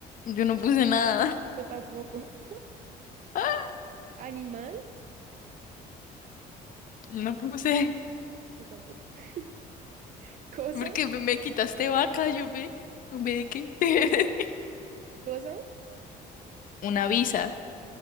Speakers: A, on the left; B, on the right.
A: yo no puse nada.
B: Yo tampoco. <laughs>
A: <laughs>
B: Animal,
A: No puse.
B: yo tampoco. <laughs> Cosa,
A: Porque me me quitaste vaca, yo ve. ¿Ve de qué? <laughs>
B: cosa,
A: Una visa.